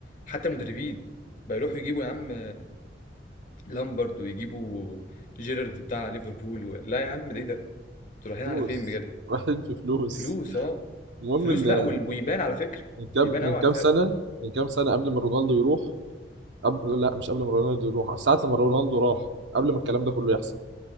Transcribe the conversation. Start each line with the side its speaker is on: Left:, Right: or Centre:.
Left: وحتى مدربين بيروحوا يجيبوا يا عم لامبرد ويجيبوا جيرارد بتاع ليفربول و... لا يا عم ده ايه ده انتوا رايحين
Right: فلوس
Left: على فين بجد
Right: <laughs> رايحين في فلوس
Left: فلوس اه
Right: المهم
Left: فلوس
Right: ان
Left: لا وال- ويبان على فكره
Right: من كام
Left: يبان
Right: من
Left: قوي على
Right: كام
Left: الفرقه
Right: سنة من كام سنة قبل ما رونالدو يروح قبل لا مش قبل ما رونالدو يروح ساعة لما رونالدو راح قبل ما الكلام ده كله يحصل